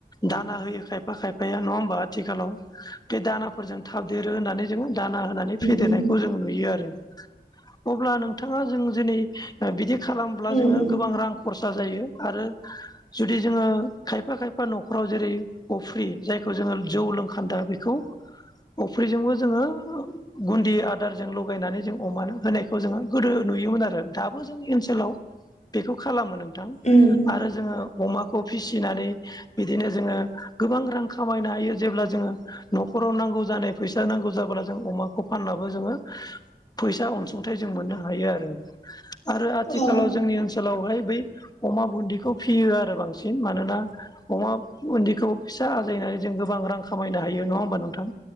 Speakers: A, on the left; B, on the left.
A: दाना होयो खायफा खायफाया नङा होमबा आथिखालाव बे दानाफोरजों थाबदेरो होननानै जोङो दाना होनानै
B: उम
A: फेदेरनायखौ
B: उम
A: जों नुयो आरो अब्ला नोंथाङा जों दिनै ओ बिदि खालामब्ला
B: उम
A: जोङो
B: उम
A: गोबां रां खरसा जायो आरो जुदि जोङो खायफा खायफा न'खराव जेरै अफ्रि जायखौ जोङो जौ लोंखान्दा बेखौ अफ्रिजोंबो जोङो गुनदि आदारजों लगायनानै जों अमानो होनाय खौ जोङो गोदो नुयोमोन आरो दाबो जोंनि ओनसोलाव बेखौ खालामो नोंथां
B: उम
A: आरो जोङो अमाखौ फिसिनानै बिदिनो जोङो गोबां रां खामायनो हायो जेब्ला जोङो न'खराव नांगौ जानाय फैसा नांगौ जाबोला जों अमाखौ फाननबो जोङो फैसा अनसुंथाइ जों मोननो हायो आरो आरो आथिखालाव
B: औ औ
A: जोंनि ओनसोलावहाय बै अमा बुनदिखौ फियो आरो बांसिन मानोना अमा बुनदिखौ फिसा आजायनानै जों गोबां रां खामायनो हायो नङा होमबा नोंथां